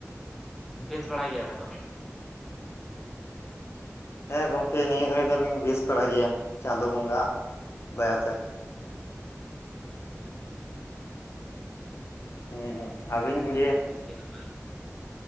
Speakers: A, in the centre; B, on the left (about 55°).
A: ᱵᱮᱥ ᱵᱟᱲᱟᱭ ᱜᱮᱭᱟᱵᱮᱱ ᱛᱚ?
B: ᱦᱮᱸ ᱜᱚᱢᱠᱮ ᱱᱤᱭᱟᱹ ᱜᱷᱟᱹᱲᱤ ᱫᱚᱞᱤᱧ ᱵᱮᱥ ᱵᱟᱲᱟᱭ ᱜᱮᱭᱟ᱾ ᱪᱟᱸᱫᱳ ᱵᱚᱸᱜᱟᱣᱟᱜ ᱫᱟᱭᱟᱛᱮ᱾
A: <unintelligible> <unintelligible>
B: ᱦᱮᱸ ᱟᱹᱵᱤᱱ
A: ᱛᱟᱦᱮᱸ ᱞᱮᱱᱠᱷᱟᱱ ᱜᱮ ᱱᱟᱯᱟᱭ᱾